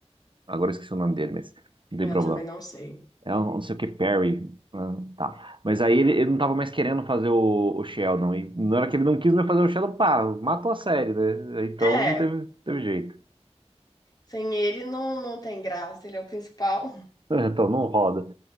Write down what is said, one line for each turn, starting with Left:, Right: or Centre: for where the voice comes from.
Right: agora eu esqueci o nome dele, mas não tem
Left: Eu
Right: problema.
Left: também não sei.
Right: É um, não sei o que, Perry. Ah, tá. Mas aí ele, ele não tava mais querendo fazer o, o Sheldon. E na hora que ele não quis mais fazer o Sheldon, pá, matou a série, né? Então
Left: É,
Right: não teve, teve jeito.
Left: sem ele não, não tem graça, ele é o principal.
Right: <laughs> Então não roda.